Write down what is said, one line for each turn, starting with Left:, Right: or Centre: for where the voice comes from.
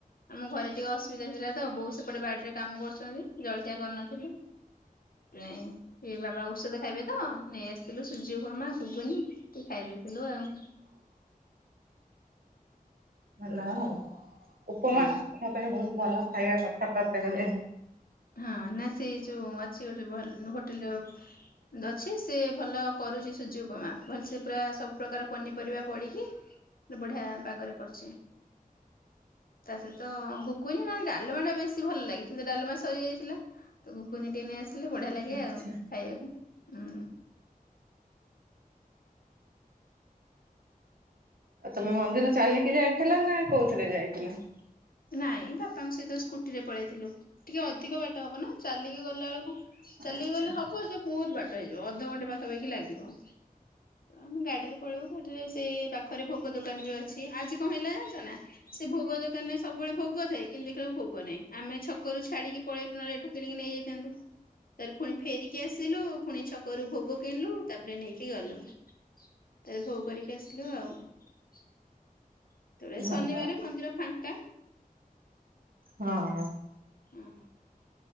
Left: ଆମ ଘରେ ଟିକେ ଅସୁବିଧା ଥିଲା ତ, ବୋଉ ସେପଟେ ବାଡ଼ିରେ କାମ କରୁଛନ୍ତି, ଜଳଖିଆ କରିନଥିଲେମ୍ ନାଇଁ ଏ ବାବା ଔଷଧ ଖାଇବେ ତ ନେଇ ଆସିଲି। ସୂଜି ଉପମା ଘୁଗୁନି ଖାଇ ଦେଇଥିଲୁ ଆଉ।
Right: ଭଲ ଆଉ, ଉପମା
Left: ହଁ
Right: ଟା ଦେହପାଇଁ ବହୁତ ଭଲ ଖାଇବା କଥା ପ୍ରତ୍ୟେକ ଦିନ।
Left: ହାଁ ନା ସେ ଯୋଉ ଅଛି ଗୋଟେ ଭଲ୍‌ ହୋଟେଲର ଅଛି ସେ ଭଲ କରୁଛି ସୁଜି ଉପମା ଭଲସେ ପୁରା ସବୁ ପ୍ରକାର ପନିପରିବା ପଡ଼ିକି। ବଢ଼ିଆ ପାଗରେ କରୁଛି। ତା ସହିତ ଘୁଗୁନୀ ମାନେ ଡାଲମା ଟା ବେଶୀ ଭଲ ଲାଗେ କିନ୍ତୁ ଡାଲମା ସ ସରିଯାଇଥିଲା ତ ଘୁଗୁନିଟିକେନେଇ ଆସିଲୁ ବଢ଼ିଆ ଲାଗେ
Right: ଆଚ୍ଛା।
Left: ଆଉ ଖାଇବାକୁ ହୁଁ।
Right: ଆଉ ତମେ ମନ୍ଦିର ଚାଲିକି ଯାଇଥିଲା ନା କୋଉଥିରେ ଯାଇଥିଲା?
Left: ନାଇଁ ବାପାଙ୍କ ସହିତ ସ୍କୁଟି ରେ ପଳେଇଥିଲୁ ଟିକେ ଅଧିକ ବାଟ ହବ ନା ଚାଲିକି ଗଲା ବେଳକୁ ଚାଲି
Right: ଆଚ୍ଛା।
Left: କିଗଲେ ହବ ଯେ ବହୁତ ବା ଟ ହେଇଯିବ ଅଧଘଣ୍ଟେ ପାଖାପାଖି ଲାଗିବ ତ ଆମେ ଗାଡ଼ିରେ <unintelligible> ପାଖରେ ଭୋଗ ଦୋକାନ ବି ଅଛି ଆଜି କଣ ହେଲା ଜାଣିଛ ନା ସେ ଭୋଗ ଦୋକାନରେ ସବୁବେଳେ ଭୋଗ ଥାଏ କିନ ଦେଖିଲାବେଳକୁ ଭୋଗ ନାହିଁ ଆମେ ଛକରୁ ଛାଡ଼ିକି ପଳେଇଲୁ ନହେଲେ ଏଠୁ କିଣିକି ନେଇଯାଇଥାନ୍ତୁ। ତାପରେଫୁଣି ଫେରିକି ଆସିଲୁ ଫୁଣି ଛ କରୁ ଭୋଗ କିଣିଲୁ ତାପରେ ନେଇକି ଗଲୁ ତାପରେ ଭୋଗ କରିକି ଆସିଲୁ ଆଉ। ତାପରେ
Right: ଭଲ
Left: ଶନିବାର
Right: ଆଉ
Left: ମନ୍ଦିର ଫାଙ୍କା।
Right: ହଁ।
Left: ହଁ।